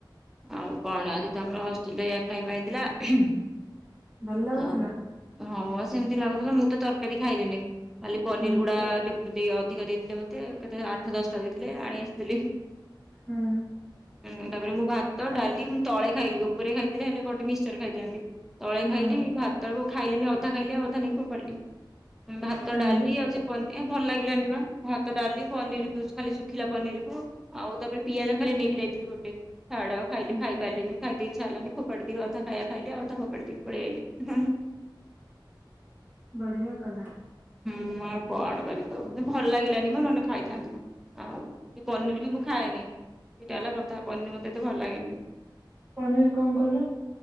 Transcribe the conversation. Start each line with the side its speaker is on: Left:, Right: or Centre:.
Centre: ଆଉ କଣ ଆଜି ତମର ହଷ୍ଟେଲ ଏଇଆ ଖାଇବା ହେଇଥିଲା ହୁଁମ
Right: ଭଲ ଲାଗୁଥିଲା
Centre: ହଁ ସେମତି ଲାଗୁଥିଲା ମୁଁ ତ ତରକାରୀ ଖାଇଲିନି ଖାଲି ପନିର
Right: ହୁଁ
Centre: ଗୁଡା ଟିକ ଦେଇ ଅଧିକ ଦେଇଥିଲେ ମତେ କେତେ ଆଠ ଦଶଟା ଦେଇଥିଲେ ଆଣି ଆସିଥିଲି।
Right: ହୁଁ
Centre: ହୁଁ ତାପରେ ମୁଁ ଭାତ ଡାଲି ମୁଁ ତଳେ ଖାଇଲି ଉପରେ ଖାଇଥିଲେ ହେଲେ ଗୋଟେ ମିକ୍ସଚର ଖାଇଥାନ୍ତି। ତଳେ
Right: ହୁଁ
Centre: ଖାଇଲି ଭାତକୁ ଖାଇଲିନି ଅଧା ଖାଇଲି ଆଉ ଅଧା ନେଇକି ଫୋପାଡ଼ିଲି ଭାତ
Right: କାଇଁ
Centre: ଡାଲି
Right: ଯେ
Centre: ଆଉ ସେଇ ପନିର ଭଲ ଲାଗିଲାନି ମା ଭାତ ଡାଲି ପନିର ଖାଲି ଶୁଖିଲା ପନିରକୁ ଆଉ ତାପରେ ପିଆଜ ଖାଲି ନେଇକି ଯାଇଥିଲି ଗୋଟେ ଛାଡ଼। ଖାଇଲି
Right: ହୁଁ,
Centre: ଖାଇ ପାରିଲିନି ଖାଇତେ ଇଛା ହେଲାନି ଫୋପାଡି ଦେଇ ଅଧା ଖାଇବା ଖାଇଲି ଆଉ ଅଧା ଫୋପାଡି ଦେଇ ପଲେଇଆଇଲି।
Right: ବଢିଆ କଲା
Centre: ହୁଁ ମୁଁ ଆଉ କଣ କରିବି ଆଉ ମତେ ଭଲ ଲାଗିଲାନି ମତେ ନହେଲେ ଖାଇଥାନ୍ତି। ଆଉ କି ପନିର ବି ମୁଁ ଖାଏନି ସେଇଟା ହେଲା କଥା ପନିର ମତେ ଏତେ ଭଲ ଲାଗେନି।
Right: ପନିର କଣ କଲ?